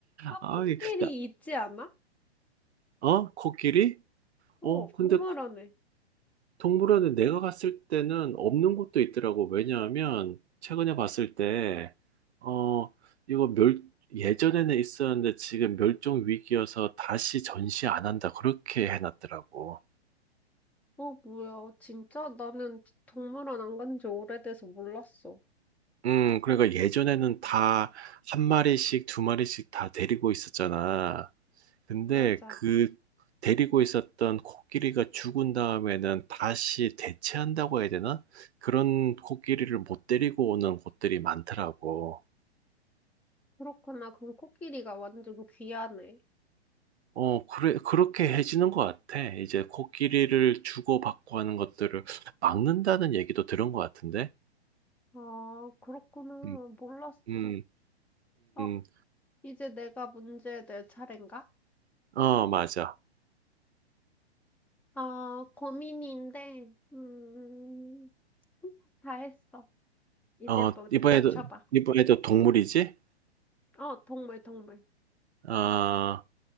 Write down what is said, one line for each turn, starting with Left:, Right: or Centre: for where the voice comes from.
Centre: 아,
Right: 아,
Centre: 코끼리
Right: 이- 나-
Centre: 있지 않아?
Right: 어? 코끼리?
Centre: 어,
Right: 어, 근데
Centre: 동물원에.
Right: 동물원에 내가 갔을 때는 없는 곳도 있더라고. 왜냐하면 최근에 봤을 때, 어, 이거 멸, 예전에는 있었는데 지금 멸종 위기여서 다시 전시 안 한다. 그렇게 해놨더라고.
Centre: 어, 뭐야. 진짜? 나는 동물원 안 간지 오래돼서 몰랐어.
Right: 음, 그러니까 예전에는 다 한 마리씩, 두 마리씩 다 데리고 있었잖아. 근데
Centre: 맞아.
Right: 그 데리고 있었던 코끼리가 죽은 다음에는 다시 대체한다고 해야 되나? 그런 코끼리를 못 데리고 오는 곳들이 많더라고.
Centre: 그렇구나. 그럼 코끼리가 완전 귀하네.
Right: 어, 그래, 그렇게 해지는 것 같아. 이제 코끼리를 주고받고 하는 것들을 막는다는 얘기도 들은 것 같은데.
Centre: 아, 그렇구나.
Right: 음,
Centre: 몰랐어.
Right: 음,
Centre: 어,
Right: 음,
Centre: 이제 내가 문제 낼 차례인가?
Right: 어, 맞아.
Centre: 아, 고민인데, 음, 다 했어. 이제
Right: 어,
Centre: 뭐,
Right: 이번에도,
Centre: 맞춰봐.
Right: 이번에도 동물이지?
Centre: 어, 동물, 동물.
Right: 어,